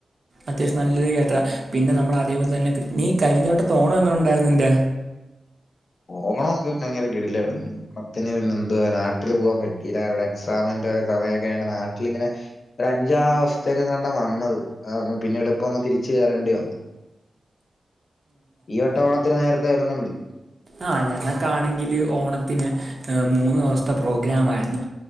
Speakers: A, on the right; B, on the left.
A: അത്യാവശ്യം നല്ലത് കേട്ട പിന്നെ നമ്മള അതേപോലെ തന്നെ നീ കരിഞ്ഞോട്ട തോണം എങ്ങനെ ഉണ്ടായിരുന്നു നിന്റെ
B: ഓണമൊക്കെ ഭയങ്കര കിടില്ലായിടുന്നു ഓണത്തിന് പിന്നെ എന്തുവാ നാട്ടില് പോകാൻ പറ്റില്ലവിടെ എക്സാ സമയൊക്കെയാണ് നാട്ടിലിങ്ങനെ ഒരു അഞ്ചാവസ്ഥത്തയൊക്കെ കണ്ട വന്നത് പിന്നെട്പ്പം തിരിച്ച കയറേണ്ടി വന്നു ഈവട്ട ഓണത്തിന് നേരത്തെ വരുന്നുണ്ട്
A: ആഹ ഞങ്ങൾക്കാണെങ്കില് ഓണത്തിന് മൂന്ന് ദിവസത്തെ പ്രോഗ്രാ മായിരുന്നു ആയിരുന്നു ആദ്യത്തെ ഓണത്തിന് മൂന്നു അവസ്ഥ പ്രോഗ്രാമായിരുന്നു